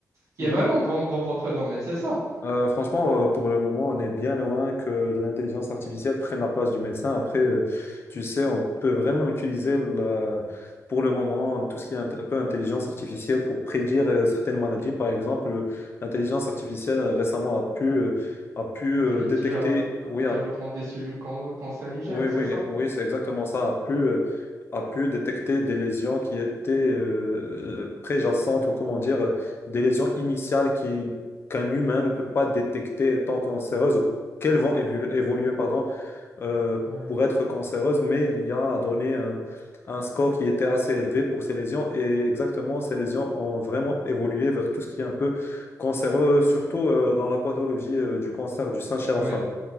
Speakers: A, on the right; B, on the left.
A: qui
B: mhm.
A: est vraiment grand dans votre domaine, c'est ça?
B: Euh, franchement, euh, pour le moment, on est bien loin que l'intelligence artificielle prenne la place du médecin. Après, euh, tu sais, on peut vraiment utiliser la- pour le moment tout ce qui est int- un, peu intelligence artificielle pour prédire euh, certaines maladies. Par exemple, euh, l'intelligence artificielle euh, récemment a pu, euh, a pu euh,
A: Et
B: détecter,
A: qui a
B: oui,
A: le développement
B: a
A: des cellules can- cancérigènes,
B: oui, oui,
A: c'est ça?
B: oui, c'est exactement ça. A pu, euh, a pu détecter des lésions qui étaient euh, euh, préjacentes ou comment dire, euh, des lésions initiales qui, qu'un humain ne peut pas détecter étant cancéreuses ou qu'elles vont évolu- évoluer, pardon, euh,
A: Ouais.
B: pour être cancéreuses, mais l'IA a a donné un, un score qui était assez élevé pour ces lésions et exactement, ces lésions ont vraiment évolué vers tout ce qui est un peu cancéreux, surtout euh, dans la pathologie euh, du cancer du sein chez
A: Ouais.
B: la femme.